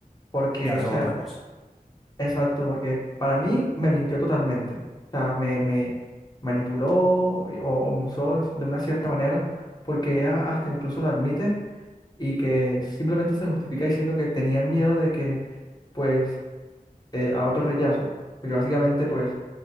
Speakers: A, on the left; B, in the centre.
A: Porque,
B: Ya eso
A: o sea,
B: es otra cosa.
A: exacto, porque para mí me mintió totalmente. O sea, me, me manipuló o, o me usó de una cierta manera, porque ella hasta incluso lo admite y que simplemente se justifica diciendo que tenía miedo de que, pues, eh, a otro rechazo. Porque básicamente, pues,